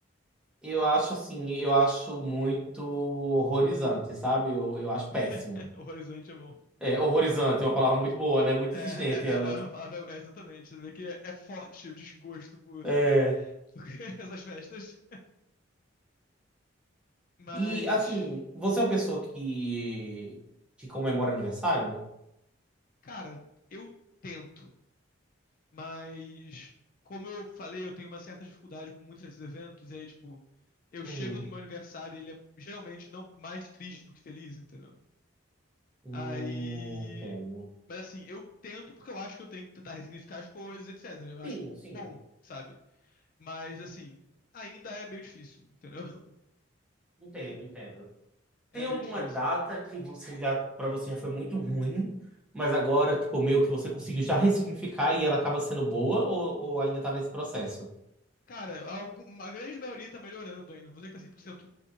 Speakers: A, in the centre; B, on the left (about 45°).
A: eu acho assim, eu acho muito horrorizante, sabe? Eu, eu acho
B: <laughs>
A: péssimo.
B: O horizonte é bom.
A: É, horrorizante é uma palavra muito boa, né? Muito
B: É,
A: existente
B: é, é,
A: ela.
B: é uma palavra- é exatamente. Você vê que é, é forte o desgosto por
A: É.
B: <laughs> essas festas. Mas,
A: E assim, você é uma pessoa que, que comemora aniversário?
B: cara, eu tento. Mas, como eu falei, eu tenho uma certa dificuldade com muitos desses eventos. E aí, tipo, eu
A: Uhum.
B: chego no meu aniversário e ele é geralmente não mais triste do que feliz, entendeu?
A: Hum,
B: Aí.
A: entendo.
B: Mas assim, eu tento porque eu acho que eu tenho que tentar ressignificar as coisas, etc. Eu acho
A: Sim, sim.
B: bom, sabe? Mas assim, ainda é meio difícil, entendeu? <laughs>
A: Entendo, entendo.
B: É
A: Tem
B: meio
A: alguma
B: difícil.
A: data que você já, para você já foi muito ruim, mas agora, tipo, meio que você conseguiu já ressignificar e ela acaba sendo boa ou, ou ainda tá nesse processo?
B: Cara, algum- a grande maioria tá melhorando ainda. Não vou dizer que tá 100%